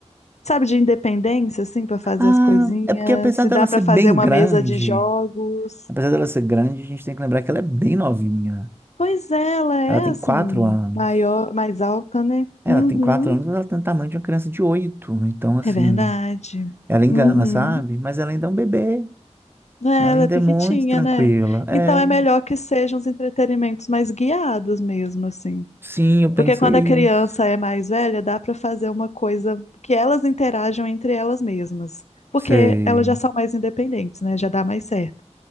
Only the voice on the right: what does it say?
Ah,
é porque apesar
dela
ser
bem
grande,
apesar dela ser grande, a gente tem que lembrar que ela é bem novinha.
Ela tem
quatro anos.
É,
Ela tem quatro anos, mas ela tem o tamanho de uma criança de oito. Então, assim,
ela engana,
sabe? Mas ela ainda é um bebê.
né? Ela
ainda
é muito tranquila.
É,
sim, eu
pensei
isso.
Sei.